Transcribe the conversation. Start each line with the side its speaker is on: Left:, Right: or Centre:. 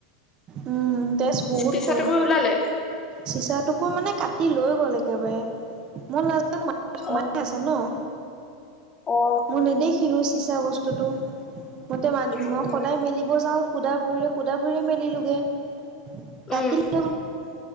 Right: উম, তেজ বহুত
Left: চিচাটোকো
Right: গ'ল।
Left: ওলালে
Right: চুচৰাটোকো মানে কাটি লৈ গ'ল একেবাৰে, মোৰ লাজ সোমাই
Left: অ
Right: আছে ন'
Left: অ
Right: মই নেদেখিলো চিচা বস্তু সেইটো <unintelligible> মই
Left: উম
Right: সদায় মেলিব যাওঁ, সুধা ভৰিৰে সুধা ভৰিৰে মেলিলো হে, <unintelligible>
Left: উম